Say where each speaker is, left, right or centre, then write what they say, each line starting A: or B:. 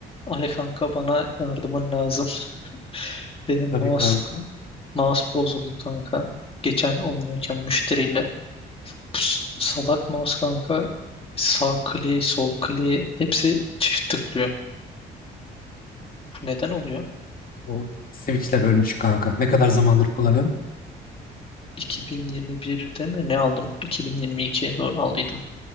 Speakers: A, on the left; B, on the left.
A: Ali kanka bana yardımın lazım. <laughs> Benim
B: Tabii
A: mouse
B: kanka.
A: mouse bozuldu kanka. Geçen oynuyorken müşteriyle Pus, salak mouse kanka sağ kliği sol kliği hepsi çift tıklıyor. Bu neden oluyor?
B: O Switch'ler ölmüş kanka. Ne kadar zamandır kullanıyorum?
A: 2021'de mi ne aldım? 2022'ye doğru aldıydım.